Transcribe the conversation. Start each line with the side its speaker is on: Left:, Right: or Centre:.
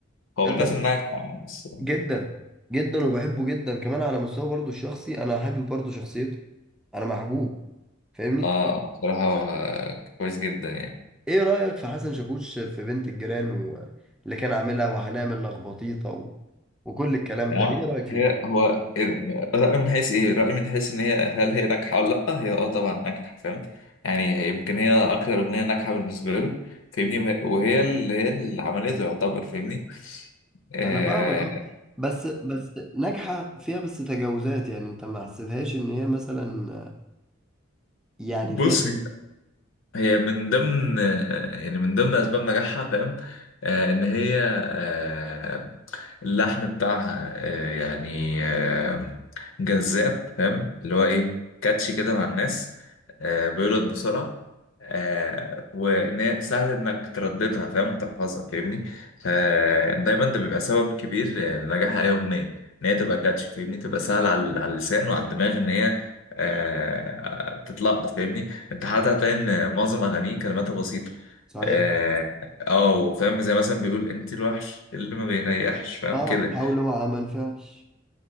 Left: هو
Centre: انت
Left: من الناس اللي ناجحة بس
Centre: جدا جدا وبحبه جدا كمان على مستوى برضه الشخصي انا حابب برضه شخصيته انا محبوب فاهمني
Left: آه آه، بصراحة هو كويس جدا يعني
Centre: ايه رأيك في حسن شاكوش في بنت الجيران و... اللي كان عاملها وهنعمل لخبطيطة و... وكل الكلام
Left: تمام
Centre: ده ايه رأيك فيه
Left: هي هو إيه رأي من حيث ايه رأي من حيث ان هي هل هي ناجحة ولا لا هي اه طبعا ناجحة فاهم يعني هي يمكن هي اكتر اغنية ناجحة بالنسبة له فاهمني وهي وهي اللي هي اللي عملته يعتبر فاهمني آه
Centre: انا فاهمك اه بس بس ناجحه فيها بس تجاوزات يعني انت ما حسيتهاش ان هي مثلا يعني
Left: وبص
Centre: فيها تجاوز
Left: هي من ضمن يعني من ضمن اسباب نجاحها فاهم آه ان هي آه اللحم بتاعها آه يعني آه جذاب فاهم اللي هو ايه كاتشي كده مع الناس آه بيولد بسرعة آه وان هي سهل انك ترددها فاهم وتحفظها فاهمني فدايما ده بيبقى سبب كبير آه، لنجاح اي اغنية ان هي تبقى كاتشي فاهمني تبقى سهل على على اللسان وعلى الدماغ ان هي آه تتلقط فاهمني انت حتى هتلاقي ان معظم اغانيه كلماتها بسيطه
Centre: صحيح
Left: اه آه، وفاهم زي مثلا بيقول انت الوحش اللي ما بيريحش فاهم
Centre: اه
Left: كده
Centre: حاولوا معاها ما نفعش